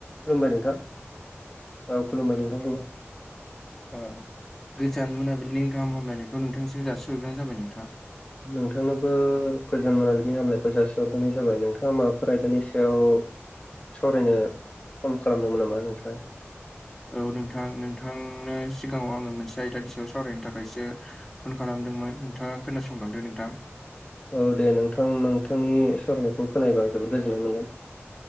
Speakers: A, on the left (about 25°); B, in the centre.
A: खुलुमबाय नोंथां औ खुलुमबाय नोंथांखौबो।
B: ओ गोजान मोनाबिलिनि गाहाम हामलायनायखौ नोंथांसिम जासिहरग्रोनाय जाबाय नोंथां।
A: नोंथांनोबो गोजोन मोनाबिनि हामलायखौ जासिहरग्रोनाय जाबाय नोंथाङा माबाफोर आयदानि सायाव सावरायनो फन खालामदोंमोन नामा नोंथाङा?
B: औ नोंथां नोंथांनो सिगाङाव आङो मोनसे आयदानि सायाव सावरायनो थाखायसो फन खालामदोंमोन नोंथाङा खोनासंलांदो नोंथां
A: औ दे नोंथां नोंथांनि सररायनायखौ खोनाबा आं जोबोद गोजोननाय मोनगोन